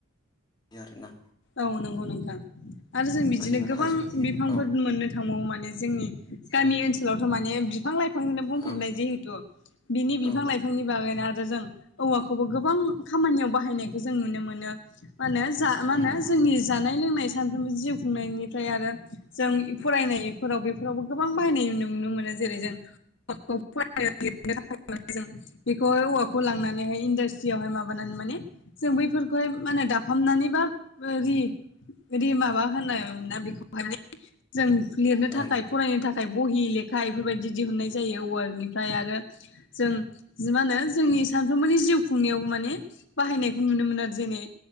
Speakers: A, on the left; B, on the left.
A: आरो ना।
B: औ नंगौ नोंथां आरो जोंनि बिदिनो
A: जोङो
B: गोबां
A: थाइजौ
B: बिफांफोर
A: औ
B: मोननो थांबावो माने जोंनि गामि
A: औ
B: ओनसोलावथ' माने बिफां लाइ फांनिनो बुंफबनाय
A: औ
B: जिहेथु बिनि
A: औ
B: बिफां लाइफांनि बागैनो आरो जों औवाखौबो गोबां खामानियाव बाहायनायखौ जों नुनो मोनो मा होनो जा मा
A: नंगौ
B: होनो जोंनि जानाय लोंनाय सानफ्रोमबो जिउ खुंनायनिफ्राय आरो जों फरायनायफोराव बेफोरावबो गोबां बाहायनाय नु-नुनो मोनो। जेरै जों <unintelligible> बेखौहाय औवाखौ लांनानैहाय इन्डास्ट्रियावहाय माबानानै माने जों बैफोरखौहाय मा होनो दा फामनानै बा रि-रि माबा होननाय मोन ना बेखौहाय जों लिरनो
A: औ
B: थाखाय फरायनो थाखाय बहि लेखा इफोरबायदि दिहुननाय जायो औवानिफ्राय आरो जों मा होनो जोंनि सानफ्रोमबोनि जिउ खुंनायावबो माने बाहायनायखौ नुनो मोनो आरो जेनै